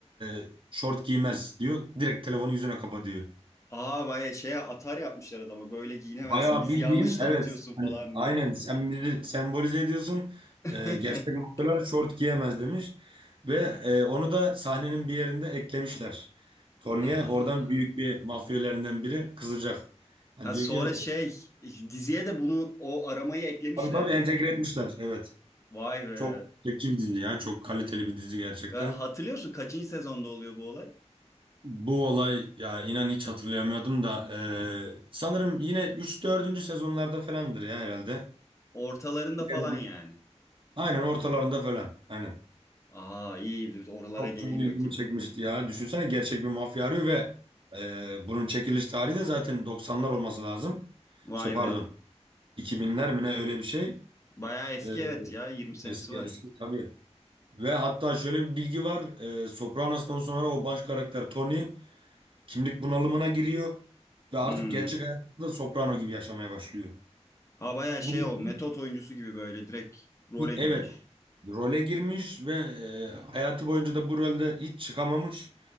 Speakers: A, on the right; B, on the left.
A: e, şort giymez diyor. Direkt telefonu yüzüne kapa diyor.
B: Aa bayağı şeye atar yapmışlar adama. Böyle giyinemezsin.
A: Bayağı
B: Bizi
A: bildiğin
B: yanlış tanıtıyorsun
A: evet
B: falan
A: hani aynen
B: diye.
A: sen bizi sembolize ediyorsun.
B: <laughs>
A: Ee, gerçek mafyalar şort giyemez demiş. Ve e, onu da sahnenin bir yerinde eklemişler. Tony'ye
B: Aa.
A: oradan büyük bir mafyalerinden biri kızacak. Hani
B: Ha
A: diyor
B: sonra
A: ki e,
B: şey işte diziye de bunu o aramayı eklemişler
A: tabii tabii
B: yani.
A: entegre etmişler. Evet.
B: Vay be.
A: Çok çekici bir dizi ya. Çok kaliteli bir dizi gerçekten.
B: Ve hatırlıyorsun kaçıncı sezonda oluyor bu olay?
A: Bu olay ya inan hiç hatırlayamıyordum da e, sanırım yine üç dördüncü sezonlarda falandır ya herhalde.
B: Ortalarında falan
A: Evet.
B: yani.
A: Aynen ortalarında falan. Aynen.
B: Aa iyi oralara
A: Çok
B: geleyim
A: çok ilgimi
B: bakayım.
A: çekmişti ya. Düşünsene gerçek bir mafya arıyor ve e, bunun çekiliş tarihi de zaten 90'lar olması lazım.
B: Vay
A: Şey pardon
B: be.
A: 2000'ler mi ne öyle bir şey.
B: Bayağı eski
A: E,
B: evet ya 20 senesi
A: eski
B: var.
A: eski tabii. Ve hatta şöyle bir bilgi var. E, Sopranos'tan sonra o baş karakter Tony kimlik bunalımına giriyor. Ve artık
B: Hmm.
A: gerçek hayatında da Soprano gibi yaşamaya başlıyor.
B: Ha bayağı şey
A: Bu da
B: o metot oyuncusu gibi böyle direkt role
A: evet
B: girmiş.
A: role girmiş ve e, hayatı boyunca da bu rolde hiç çıkamamış.